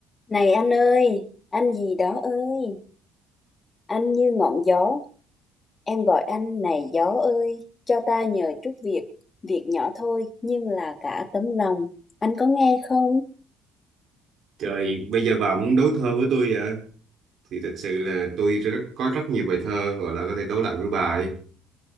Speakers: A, on the left; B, on the right.
A: Này anh ơi, anh gì đó ơi, anh như ngọn gió, em gọi anh này gió ơi, cho ta nhờ chút việc, việc nhỏ thôi nhưng là cả tấm lòng. Anh có nghe không?
B: Trời, bây giờ bà muốn đấu thơ với tôi vậy? Thì thật sự là tôi rất, có rất nhiều bài thơ gọi là có thể đấu lại với bà ấy.